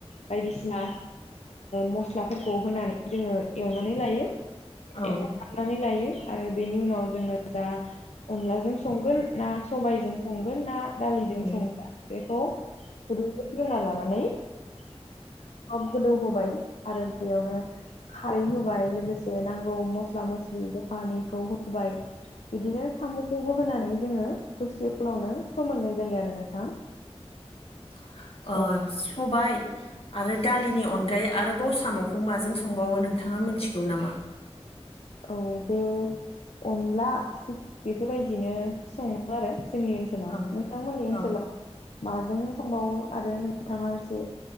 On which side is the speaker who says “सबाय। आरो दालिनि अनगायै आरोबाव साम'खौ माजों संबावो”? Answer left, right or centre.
Left